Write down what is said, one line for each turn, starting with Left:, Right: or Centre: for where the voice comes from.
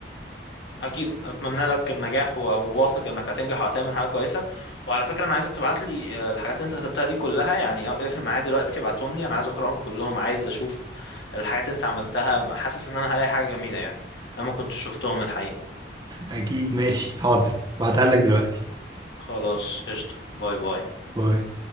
Left: اكيد اتمنى لك النجاح وواثق انك هتنجح وهتعمل حاجة كويسة وعلى فكرة انا عايزك تبعت لي آه، الحاجات اللي انت كتبتها دي كلها يعني اقفل معايا دلوقتي ابعتهم لي انا عايز اقراهم كلهم عايز اشوف الحاجات اللي انت عملتها حاسس ان انا هلاقي حاجة جميلة يعني انا ما كنتش شفتهم الحقيقة
Right: اكيد ماشي حاضر بعتها لك دلوقتي
Left: خلاص قشطة باي باي
Right: باي